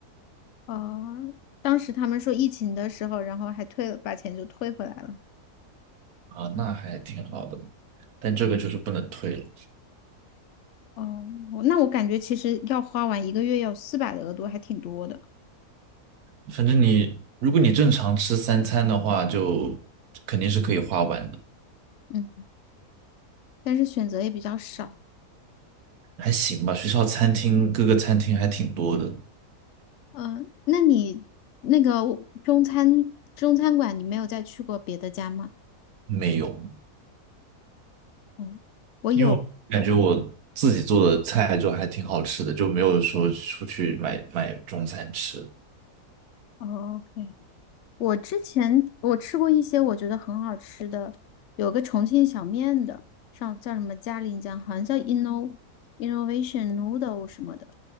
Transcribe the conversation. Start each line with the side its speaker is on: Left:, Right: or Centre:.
Left: 哦，当时他们说疫情的时候，然后还退了，把钱就退回来了。
Right: 啊，那还挺好的。但这个就是不能退了。
Left: 哦，我那我感觉其实要花完一个月要四百的额度，还挺多的。
Right: 反正你如果你正常吃三餐的话，就肯定是可以花完的，
Left: 嗯，但是选择也比较少。
Right: 还行吧。学校餐厅各个餐厅还挺多的，
Left: 嗯，那你那个中餐中餐馆，你没有再去过别的家吗？
Right: 没有。
Left: 嗯，我有。
Right: 因为我感觉我自己做的菜就还挺好吃的，就没有说出去买买中餐吃。
Left: 哦，OK。我之前我吃过一些我觉得很好吃的，有个重庆小面的，上叫什么嘉陵江，好像叫 Inno Innovation Noodle 什么的，